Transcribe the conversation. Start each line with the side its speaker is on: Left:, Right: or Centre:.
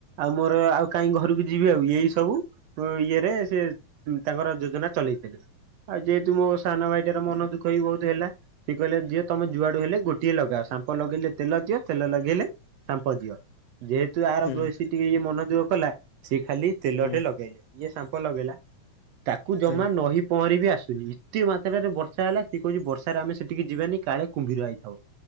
Right: ଆଉ ମୋର ଆଉ କାହିଁ ଘରକୁ ଯିବି ଆଉ ଏଇ ସବୁ ଇଏରେ ସେ ତାଙ୍କର ଯୋଜନା ଚଲେଇଥିଲେ। ଆଉ ଯେହେତୁ ମୋ ସାନ ଭାଇଟାର ମନ ଦୁଃଖ ବି ବହୁତ ହେଲା ସି କହିଲେ ଯି ତମେ ଜୁଆଡ଼ୁ ହେଲେ ଗୋଟିଏ ଲଗାଅ ସାମ୍ପ ଲଗେଇଲେ ତେଲ ଦିଅ ତେଲ ଲଗେଇଲେ। ସାମ୍ପ ଦିଅ ଯେହେତୁ ଆର
Left: ହୁଁ
Right: ବେଶୀ ଟିକେ ଇଏ ମନଦୁଃଖ କଲା ସିଏ ଖାଲି ତେଲଟେ
Left: ହୁଁ
Right: ଲଗେଇଲେ ଇଏ ସାମ୍ପ ଲଗେଇଲା ତାକୁ ଜମା
Left: ହୁଁ
Right: ନଈ ପହଁରି ବି ଆସୁନି ଏତେ ମାତ୍ରାରେ ବର୍ଷା ହେଲା ସିଏ କହୁଛି ବର୍ଷାରେ ଆମେ ସେଠିକି ଯିବାନି କାଳେ କୁମ୍ଭୀର ଆଇଥିବ